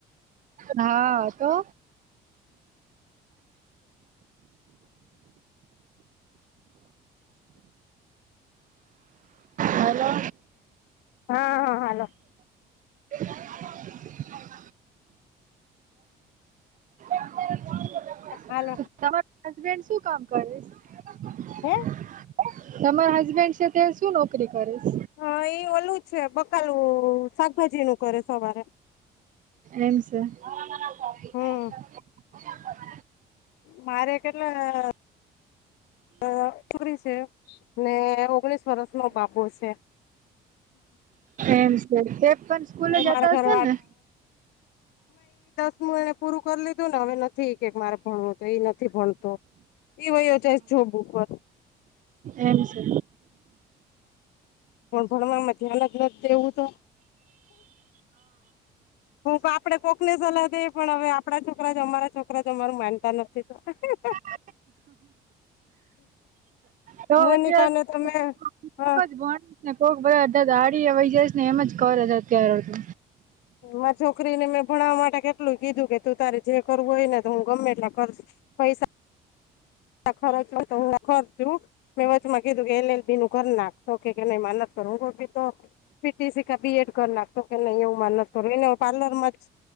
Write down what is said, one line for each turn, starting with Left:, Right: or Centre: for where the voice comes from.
Right: હા, તો હલો
Left: હા. હા, હાલો.
Right: <unintelligible> <inaudible>
Left: હાલો
Right: તમાર હસબેન્ડ શું કામ કરે છે? તમારા
Left: હે
Right: હસબેન્ડ છે, તે શું નોકરી કરેશ?
Left: હમ્મ ઓલું છે બકાલું શાકભાજીનું કરે સવારે
Right: એમ છે. <unintelligible>
Left: હમ
Right: <inaudible>
Left: મારે કેટલા <unintelligible> છોકરી છે, ને ઓગણીસ વર્ષનો બાબો છે.
Right: એમ છે, તે પણ સ્કૂલે જતા
Left: મારા ઘર
Right: હશે ને?
Left: સ્કૂલમો એને પૂરું કરી લીધુંને હવે, નથી કે મારે ભણવું તો એ નથી ભણતો. એવોય જાય છે જોબ ઉપર
Right: એમ છે.
Left: પણ ભણવામાં ઘ્યાન જ નથ દેવું તો હું પાપડે કોક ને સલાહ દેય પણ હવે આપડા છોકરા જ અમારા છોકરા જ અમારું માનતા નથી તો <unintelligible>
Right: <unintelligible> તો અત્યારે
Left: મોનિકાને
Right: <unintelligible>
Left: તમે હા
Right: ને કોક બધા અરધા દાઢીયે વયી જાયસને એમ જ કરે છે અત્યારે તો
Left: મારી છોકરીને મેં ભણાવા માટે કેટલું કીધું કે તું તારે જે કરવું હોય ને હું ગમે એટલા ખર્ચ પૈસા <unintelligible> ખરચવા તો હું ખર્ચું. મેં વચમાં કીધું કે એલ એલ બીનું કર નાખ તો કે કે નઇ મારે નથ કરવું હુતોતી તો પીટીસી કા બી એડ કર નાખ તો કે નઇ એવું માન નથ કરું એને હું પાર્લરમાં જ